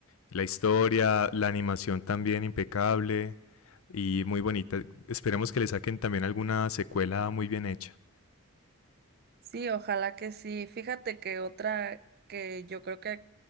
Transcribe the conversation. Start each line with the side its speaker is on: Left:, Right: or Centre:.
Left: La historia, la animación también impecable y muy bonita. Esperemos que le saquen también alguna secuela muy bien hecha.
Right: Sí, ojalá que sí. Fíjate que otra que yo creo que